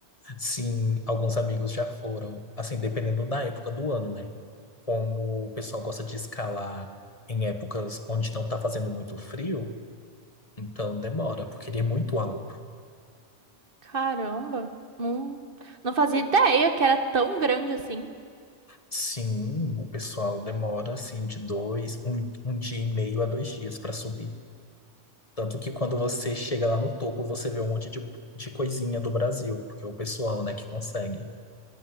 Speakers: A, on the left (about 30°); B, on the right (about 50°).
A: Sim, alguns amigos já foram, assim, dependendo da época do ano, né? Como o pessoal gosta de escalar em épocas onde não tá fazendo muito frio, então demora, porque ele é muito alto.
B: Caramba, não, não fazia ideia que era tão grande assim.
A: Sim, o pessoal demora assim de dois, um, um dia e meio a dois dias para subir. Tanto que quando você chega lá no topo, você vê um monte de, de coisinha do Brasil, porque é o pessoal, né, que consegue.